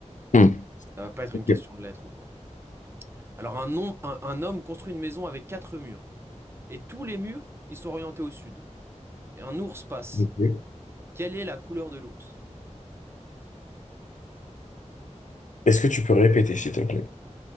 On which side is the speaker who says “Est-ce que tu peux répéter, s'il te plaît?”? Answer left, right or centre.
Left